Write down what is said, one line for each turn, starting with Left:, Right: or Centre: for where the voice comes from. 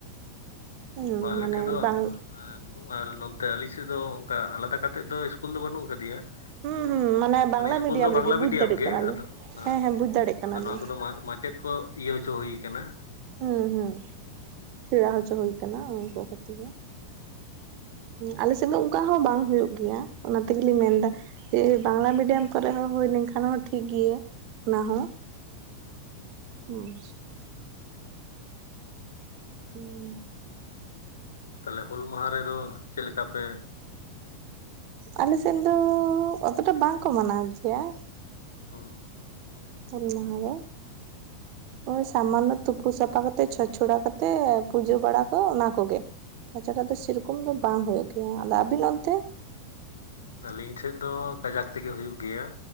Right: ᱾ ᱮᱸᱻᱝ,
Left: ᱵᱟ, ᱟᱞᱮ
Right: ᱢᱟᱱᱮ
Left: ᱴᱷᱮᱡ ᱫᱚ
Right: ᱵᱟᱝ?
Left: ᱟᱨ, ᱱᱩᱣᱟᱞ <unintelligible> ᱱᱚᱛᱮ ᱟᱞᱤᱧ ᱥᱮᱫ ᱫᱚ, ᱚᱱᱠᱟ ᱟᱞᱟᱫᱟ ᱠᱟᱛᱮ ᱫᱚ, ᱤᱥᱠᱩᱞ ᱫᱚ ᱵᱟᱹᱱᱩᱜ ᱟᱠᱟᱫᱮᱭᱟ ᱾
Right: ᱦᱩᱸ
Left: ᱛᱚ,
Right: ᱦᱩᱸ
Left: ‌
Right: ᱵᱟᱝᱞᱟ
Left: ᱢᱟᱱᱮ ᱤᱥᱠᱩᱞ
Right: ᱢᱤᱰᱤᱭᱟᱢ
Left: ᱫᱚ ᱵᱟᱝᱞᱟ
Right: ᱨᱮᱜᱮ ᱵᱩᱡᱽ
Left: ᱢᱤᱰᱤᱭᱟᱢ
Right: ᱫᱟᱲᱮᱜ
Left: ᱜᱮ,
Right: ᱠᱟᱱᱟᱞᱮ
Left: ᱟᱫᱚ? ᱦᱟᱸ
Right: ᱦᱮᱸ ᱦᱮᱸ ᱵᱩᱡᱽ
Left: ᱾
Right: ᱫᱟᱲᱮᱜ ᱠᱟᱱᱟᱞᱮ
Left: ᱟᱫᱚ ᱱᱚᱣᱟ ᱠᱚᱫᱚ, ᱢᱟ ᱢᱟ ᱪᱮᱫ? ᱠᱚ, ᱤᱭᱟᱹ ᱦᱚᱪᱚ ᱦᱩᱭ ᱟᱠᱟᱱᱟ ᱾
Right: ᱦᱩᱸ ᱦᱩᱸ, ᱥᱮᱬᱟ ᱦᱚᱪᱚ ᱦᱩᱭ ᱟᱠᱟᱱᱟ, ᱩᱱᱠᱩ ᱠᱚᱛᱮ ᱜᱮ ᱾ ᱟᱞᱮ ᱥᱮᱫ ᱫᱚ, ᱩᱝᱠᱟ ᱦᱚᱸ ᱵᱟᱝ ᱦᱩᱭᱩᱜ ᱜᱮᱭᱟ ᱾ ᱚᱱᱟ ᱛᱮᱜᱮ ᱞᱤᱧ ᱢᱮᱱᱮᱫᱟ ᱾ ᱵᱟᱝᱞᱟ ᱢᱤᱰᱤᱭᱟᱢ ᱠᱚᱨᱮ ᱦᱚᱸ, ᱦᱳᱭ ᱞᱮᱱᱠᱷᱟᱱ, ᱦᱚᱸ ᱴᱷᱤᱠ ᱜᱮᱭᱟ ᱾ᱚᱱᱟ ᱦᱚᱸ, <inaudible> ᱦᱩᱸᱻ
Left: ᱛᱟᱞᱦᱮ ᱦᱩᱞ ᱢᱟᱦᱟ ᱨᱮᱫᱚ ᱪᱮᱫ ᱞᱮᱠᱟ ᱯᱮ ᱼᱼ
Right: ᱟᱞᱮ ᱥᱮᱱ ᱫᱚ ᱚᱛᱚᱴᱟ ᱵᱟᱝᱠᱚ ᱢᱟᱱᱟᱣ ᱜᱮᱭᱟ᱾
Left: ᱚ
Right: ᱦᱩᱞ ᱢᱟᱦᱟ ᱨᱮ ᱳᱭ ᱥᱟᱢᱟᱱᱱᱚᱼᱼ ᱛᱩᱯᱩ ᱥᱟᱯᱷᱟ ᱠᱟᱛᱮᱜ ᱪᱷᱚᱸᱡ ᱪᱷᱚᱲᱟ ᱠᱟᱛᱮᱜ ᱯᱩᱡᱟᱹ ᱵᱟᱲᱟ ᱠᱚ ᱚᱱᱟ ᱠᱚᱜᱮ᱾ ᱮᱛᱚᱴᱟᱜ ᱫᱚ ᱥᱮᱨᱚᱠᱚᱢ ᱫᱚ ᱵᱟᱝ ᱦᱳᱭᱳᱜ ᱜᱮᱭᱟ ᱟᱫᱚ ᱟᱵᱤᱱ ᱚᱱᱛᱮ?
Left: ᱟᱹᱞᱤᱧ ᱴᱷᱮᱡ ᱫᱚ ᱠᱟᱡᱟᱠ ᱛᱮᱜᱮ ᱦᱩᱭᱩᱜ ᱜᱮᱭᱟ᱾